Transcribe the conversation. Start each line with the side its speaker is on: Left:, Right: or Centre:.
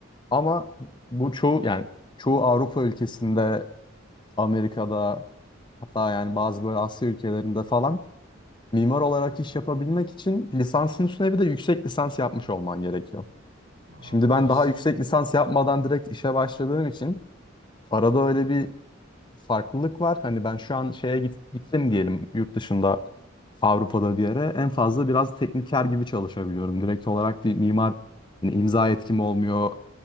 Left: Ama bu çoğu yani çoğu Avrupa ülkesinde, Amerika'da hatta yani bazı böyle Asya ülkelerinde falan mimar olarak iş yapabilmek için lisansın üstüne bir de yüksek lisans yapmış olman gerekiyor.
Right: Aa,
Left: Şimdi
Right: onlar
Left: ben
Right: sıkıntı.
Left: daha yüksek lisans yapmadan direkt işe başladığım için arada öyle bir farklılık var. Hani ben şu an şeye git- gittim diyelim yurt dışında Avrupa'da bir yere en fazla biraz tekniker gibi çalışabiliyorum. Direkt olarak bir mimar hani imza yetkim olmuyor.